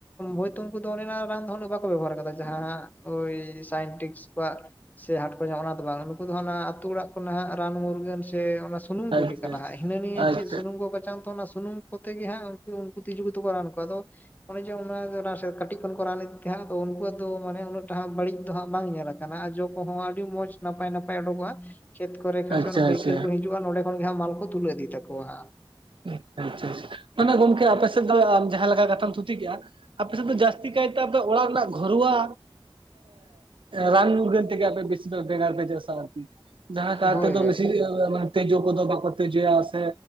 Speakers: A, on the left; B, on the right.
A: ᱦᱳᱭᱛᱳ ᱩᱱᱠᱩ ᱫᱚ ᱚᱱᱮ ᱨᱟᱱ ᱫᱚ ᱩᱱᱟᱹᱜ ᱵᱟᱠᱚ ᱵᱮᱵᱚᱦᱟᱨ ᱠᱟᱫᱟ ᱡᱟᱦᱟᱸ ᱳᱭ ᱥᱟᱭᱮᱱᱴᱤᱠ ᱠᱚᱣᱟᱜ ᱥᱮ ᱦᱟᱴ ᱠᱚ ᱧᱟᱢᱚᱜ ᱚᱱᱟ ᱫᱚ ᱵᱟᱝ ᱱᱩᱠᱩ ᱫᱚ ᱚᱱᱟ ᱟᱹᱛᱩ ᱚᱲᱟᱜ ᱦᱟᱸᱜ ᱨᱟᱱ ᱢᱩᱨᱜᱟᱹᱱ ᱥᱮ ᱚᱱᱟ ᱥᱩᱱᱩᱢ ᱠᱚᱜᱮ
B: ᱟᱪᱪᱷᱟ
A: ᱠᱟᱱᱟ ᱦᱟᱸᱜ᱾ᱦᱤᱱᱟᱹᱱᱤᱭᱟᱹ
B: ᱟᱪᱪᱷᱟ
A: ᱪᱮᱫ ᱥᱩᱱᱩᱢ
B: ᱟᱪᱪᱷᱟ
A: ᱠᱚ ᱠᱚᱪᱟᱝ ᱛᱚ ᱚᱱᱟ ᱥᱩᱱᱩᱢ ᱠᱚᱛᱮ ᱜᱮ ᱦᱟᱸᱜ ᱩᱱᱠᱩ ᱩᱱᱠᱩ ᱛᱤᱡᱩ ᱠᱚᱛᱮ ᱠᱚ ᱨᱟᱱ ᱟᱠᱚᱣᱟ᱾ ᱟᱫᱚ ᱚᱱᱮ ᱡᱮ ᱚᱱᱟ ᱠᱟᱹᱴᱤᱡ ᱠᱷᱚᱱ ᱠᱚ ᱨᱟᱱ ᱮᱫ ᱛᱟᱦᱮᱸᱜ ᱟᱫᱚ ᱩᱱᱠᱩᱣᱟᱜ ᱫᱚ ᱢᱟᱱᱮ ᱩᱱᱟᱹᱜ ᱴᱟ ᱦᱟᱸᱜ ᱵᱟᱹᱲᱤᱡ ᱫᱚ ᱦᱟᱸᱜ ᱵᱟᱝ ᱧᱮᱞ ᱟᱠᱟ ᱠᱟᱱᱟ ᱟᱨ ᱡᱚ ᱠᱚᱦᱚᱸ ᱟᱹᱰᱤ ᱢᱚᱡᱽ ᱱᱟᱯᱟᱭ ᱱᱟᱯᱟᱭ ᱩᱰᱩᱠᱚᱜᱼᱟ ᱾ ᱠᱷᱮᱛ ᱠᱚᱨᱮ ᱠᱷᱚᱱ
B: ᱟᱪᱪᱷᱟ
A: ᱥᱮ ᱯᱟᱹᱭᱠᱟᱹᱨ ᱠᱚ ᱦᱤᱡᱩᱜᱼᱟ᱾ ᱱᱚᱰᱮ ᱠᱷᱚᱱ ᱜᱮ ᱦᱟᱸᱜ ᱢᱟᱞ ᱠᱚ ᱛᱩᱞᱟᱹ ᱤᱫᱤ ᱛᱟᱠᱚᱣᱟ ᱦᱟᱸᱜ ᱾
B: ᱟᱪᱪᱷᱟ ᱟᱪᱪᱷᱟ ᱟᱪᱪᱷᱟ ᱾ ᱢᱟᱱᱮ ᱜᱚᱝᱠᱮ ᱟᱯᱮ ᱥᱮᱫ ᱫᱚ ᱟᱢ ᱡᱟᱦᱟᱸ ᱞᱮᱠᱟ ᱠᱟᱛᱷᱟᱢ ᱛᱷᱩᱛᱤ ᱠᱮᱜᱼᱟ ᱾ ᱟᱯᱮ ᱥᱮᱫ ᱫᱚ ᱡᱟᱹᱥᱛᱤ ᱠᱟᱭᱛᱮ ᱟᱯᱮ ᱚᱲᱟᱜ ᱨᱮᱱᱟᱜ ᱜᱚᱨᱣᱟ ᱨᱟᱱ ᱢᱩᱨᱜᱟᱹᱱ ᱛᱚ ᱟᱯᱮ ᱵᱮᱥᱤᱨ ᱵᱷᱟᱜᱽ ᱵᱮᱜᱟᱨ ᱯᱮ ᱪᱟᱥᱟ ᱟᱨᱠᱤ ᱡᱟᱦᱟᱸ ᱠᱟᱨᱛᱮ
A: ᱦᱳᱭ ᱦᱳᱭ
B: ᱵᱮᱥᱤ ᱢᱟᱱᱮ ᱛᱤᱡᱩ ᱠᱚᱫᱚ ᱵᱟᱠᱚ ᱛᱤᱡᱩᱭᱟ ᱥᱮ